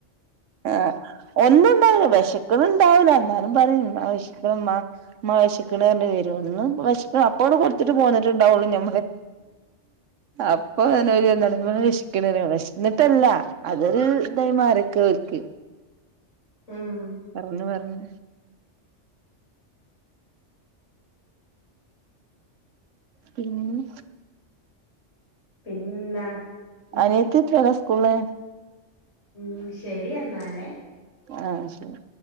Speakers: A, on the right; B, on the left.
A: ആ ഒന്നുണ്ടാവൂല വെശക്ക്ണ് ട്ടാവൂല ന്നാലും പറിം മ്മാ വെശ്ക്ക്ണ് മ്മാ ഇമ്മ വെശ്ക്ക്ണർഞ്ഞ് വെരും ന്നും വെശ്പ്പ്‌ അപ്പോണ്ട് കൊട് ട്ട് പോന്നിട്ട്ണ്ടാവുള്ളു ഞമ്മള് അപ്പോ ന്നോല്ന്നാണ്ട് ഇമ്മാ വെശ്ക്ണറി, വെശ്ന്നിട്ടല്ല അതൊരു ഇതായി മാറിക്കോൽക്ക്.
B: ഉം
A: പറഞ്ഞു പർഞ്ഞ് പിന്നെ?
B: പിന്നെന്താ? ഉം
A: അനിയത്തിത്രേല സ്‌കൂള്?
B: ഉം ശരി എന്നാലേ.
A: ആ ശരി.